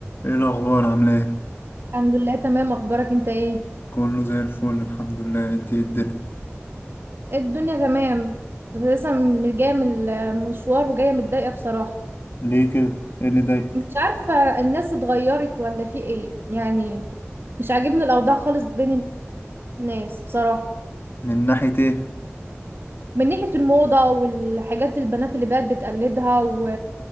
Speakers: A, on the left; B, on the right.
A: ايه الاخبار عامله ايه
B: الحمد لله تمام اخبارك انت ايه
A: كله زي الفل الحمد لله انت إيه الدنيا
B: إيه الدنيا تمام بس لسه م- جايه من المشوار وجايه متضايقه بصراحه
A: ليه كده ايه اللي ضايقك
B: مش عارفه الناس اتغيرت ولا في ايه يعني مش عاجبني الاوضاع خالص بين الناس بصراحه
A: من ناحيه ايه
B: من ناحيه الموضه والحاجات البنات اللي بقت بتقلدها و...